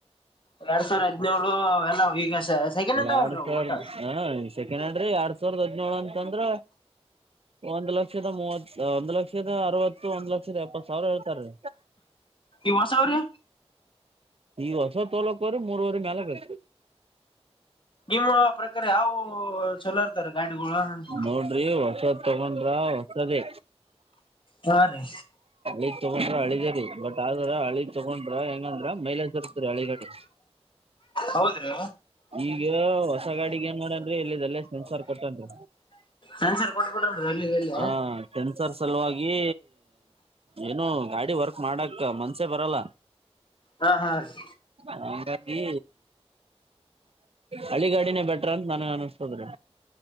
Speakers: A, on the left; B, on the right.
A: ಎರಡ್ ಸಾವಿರ ಹದ್ನೇಳು ಅವೆಲ್ಲ ಈಗ ಸೆಕೆಂಡ್ ಹ್ಯಾಂಡ್ಲ್
B: ಎರಡ್
A: ಅಲ್ಲರೀ
B: ಸಾವಿರದ
A: ಒಟ್ಟು
B: ಹ ಸೆಕೆಂಡ್ ಅಂಡ್ರಿ ಎರಡ್ ಸಾವಿರದ ಹದ್ನೇಳು ಅಂತಂದ್ರ ಒಂದ್ ಲಕ್ಷದ ಮೂವತ್ ಒಂದ್ ಲಕ್ಷದ ಅರವತ್ತು ಒಂದ್ ಲಕ್ಷದ ಎಪ್ಪತ್ ಸಾವಿರ ಹೇಳ್ತಾರೀ
A: ಯಾಸವ್ರಿ
B: ಇಗ ಶಬ್ ತೋಲಕ್ವರಿ ಮೂರವರೆ ಮೇಲೆಗೖತ
A: ನಿಮ್ಮ ಪ್ರಕಾರ ಯಾವ ಚಲೋ ಇರ್ತಾರ ಗಾಡಿಗಳು ಅಂತ
B: ನೋಡ್ರಿ ಹೊಸದ್ ತಗೊಂಡ್ರ ಹೊಸದೇ
A: ಹಾ ರೀ
B: ಈಗ್ ತಗೊಂಡ್ರ ಹಳಿದರಿ ಬಟ್ ಆದರ ಹಳ ತಗೊಂಡ್ರ ಹೆಂಗ್ ಅಂದ್ರು ಮೈಲೇಜ್ ಬರುತ್ತೆ ರೀ ಹಳೆ ಗಾಡಿ
A: ಹೌದ್ರಿ
B: ಈಗ ಹೊಸ ಗಾಡಿಗೆ ಏನ್ ಮಾಡೋಡನ್ರಿ ಇಲ್ಲದೆಲ್ಲೇ ಸೆನ್ಸಾರ್ ಕೊಟ್ಟೆನ್ದ್ರು
A: ಸೆನ್ಸರ್ ಕೊಟ್ಬಿಟ್ರನ್ರಿ ಅಲ್ಲಿ ಇಲ್ಲಿ
B: ಆ ಸೆನ್ಸಾರ್ ಸಲುವಾಗಿ ಏನು ಗಾಡಿ ವರ್ಕ್ ಮಾಡಕ ಮನ್ಸೆ ಬರಲ್ಲ
A: ಹಾ ಹಾ ರೀ
B: ಹಾಗಾಗಿ ಹಳೆಗಾಡಿನೇ ಬೇಟ ನನಗೆ ಅನಿಸ್ತದ್ರಿ